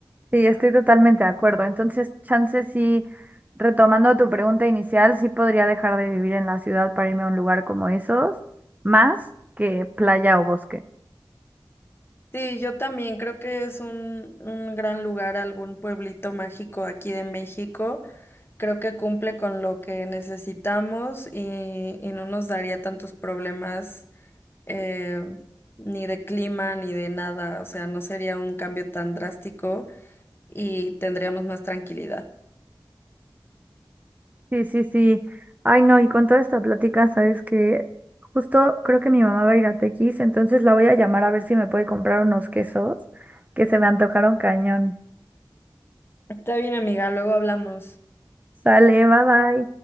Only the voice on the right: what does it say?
Sí, estoy totalmente de acuerdo. Entonces, chance sí, retomando tu pregunta inicial, sí podría dejar de vivir en la ciudad para irme a un lugar como esos, más que playa o bosque.
Sí, sí, sí. Ay, no, y con toda esta plática, sabes que justo creo que mi mamá va a ir a Tequis, entonces la voy a llamar a ver si me puede comprar unos quesos que se me antojaron cañón.
Sale, bye bye.